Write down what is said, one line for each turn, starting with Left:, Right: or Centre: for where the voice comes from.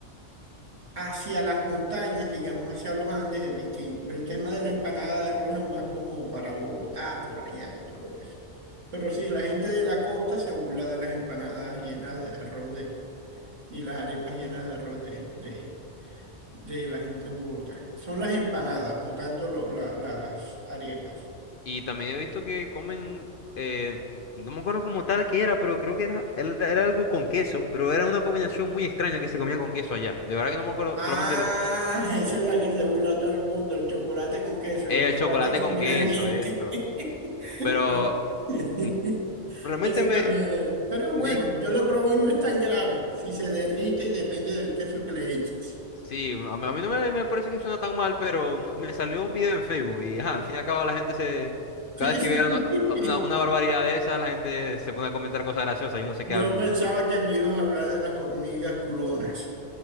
Right: Hacia las montañas, digamos, hacia los Andes es distinto. El tema de la empanada de arroz es más como para Bogotá, por allá y todo eso. Pero sí, la gente de la costa se burla de las empanadas llenas de arroz y las arepas llenas de arroz de, de, de la gente en Bogotá. Son las empanadas, no tanto lo- la- las arepas.
Left: Y también he visto que comen, eh, no me acuerdo como tal que era, pero creo que era, era era algo con queso, pero era una combinación muy extraña que se comía con queso allá. De verdad que no me acuerdo,
Right: Ah,
Left: solamente lo...
Right: <laughs> esa es la que se burla a todo el mundo, el chocolate con queso, el
Left: El
Right: chocolate
Left: chocolate con
Right: caliente.
Left: queso, eso.
Right: <laughs>
Left: Pero
Right: Yo- <laughs>
Left: mm, realmente
Right: Eso
Left: me,
Right: también es de allá. Pero bueno,
Left: me di-
Right: yo lo probo y no es tan grave. Si se derrite y depende del queso que le eches.
Left: sí, a mí, a mí no me, me parece que suena tan mal, pero no- me salió un video en Facebook y ajá, al fin y al cabo la gente se,
Right: Sí,
Left: cada vez que
Right: sí.
Left: ve algo, a- una, una barbaridad de esa, la gente se pone a comentar cosas graciosas
Right: <laughs>
Left: y uno se
Right: Yo
Left: queda viendo
Right: pensaba
Left: el video.
Right: que me ibas a hablar de las hormigas culonas.